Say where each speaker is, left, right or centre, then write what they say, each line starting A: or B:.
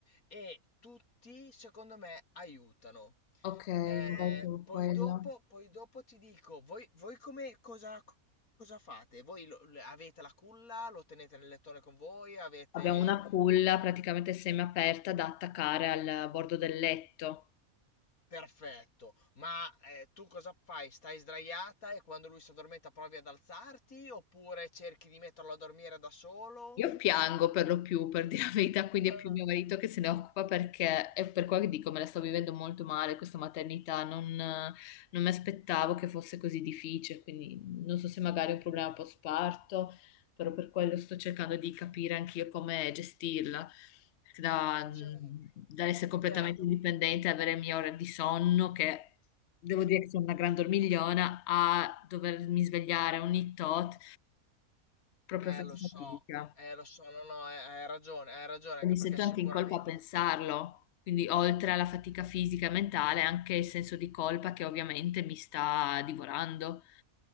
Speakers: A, on the left; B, on the left.
A: e tutti secondo me aiutano.
B: ok,
A: Eh,
B: magari con
A: poi
B: quello.
A: dopo, poi dopo ti dico, voi, voi come cosa, cosa fate? Voi lo- le- avete la culla, lo tenete nel lettone con voi, avete...
B: Abbiamo una culla praticamente semiaperta da attaccare al bordo del letto.
A: Perfetto, ma, ehm, tu cosa fai? Stai sdraiata e quando lui s'addormenta provi ad alzarti, oppure cerchi di metterlo a dormire da solo?
B: Io piango per lo più, per dire la verità, quindi
A: <laughs>
B: è più mio marito che se ne occupa perché è per quello che dico, me la sto vivendo molto male questa maternità, non, non mi aspettavo che fosse così difficile, quindi non so se magari è un problema post-parto, però per quello sto cercando di capire anch'io come gestirla, perché da,
A: Certo,
B: dall'essere completamente
A: certo.
B: indipendente, avere le mie ore di sonno, che devo dire che sono una gran dormigliona, a dovermi svegliare ogni tot, proprio
A: Eh,
B: faccio
A: eh, lo so,
B: fatica
A: eh, lo so, no, no, eh, hai ragione, hai ragione, anche
B: mi
A: perché
B: sento anche
A: sicuramente
B: in colpa a pensarlo, quindi oltre alla fatica fisica e mentale, anche il senso di colpa che ovviamente mi sta divorando.